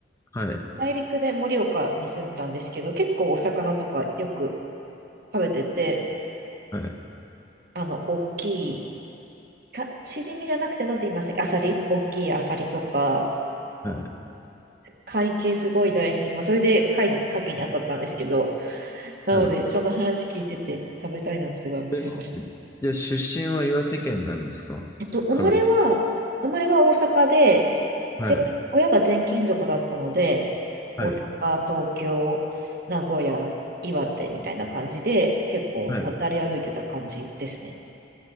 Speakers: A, on the left; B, on the right.
A: はい。
B: 内陸で盛岡に住んでたんですけど、結構お魚とかよく食べてて、
A: はい。
B: あの、大きいか、しじみじゃなくてなんて言いましたっけアサリ大きいアサリとか、
A: はい。
B: 貝系すごい大好き。まあ、それで貝に、牡蠣に当たったんですけど、なので、
A: はい。
B: その話聞いてて食べたいなってすごい思ってました。
A: えじゃあ出身は岩手県なんですかかな。
B: えっと、生まれは、生まれは大阪で、
A: はい。
B: で、親が転勤族だったので、
A: はい。
B: 大阪、東京、名古屋、岩手みたいな感じで、結構渡り歩いてた感じですね。
A: はい。